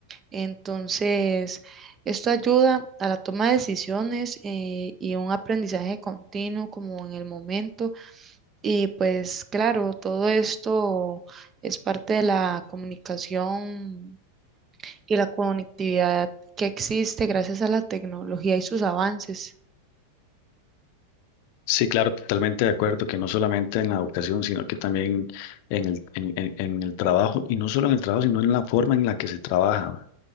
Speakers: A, on the right; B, on the left.
A: Entonces, esto ayuda a la toma de decisiones eh, y un aprendizaje continuo como en el momento. Y pues claro, todo esto es parte de la comunicación y la conectividad que existe gracias a la tecnología y sus avances.
B: Sí, claro, totalmente de acuerdo, que no solamente en la educación, sino que también en el, en, en- en el trabajo, y no solo en el trabajo, sino en la forma en la que se trabaja.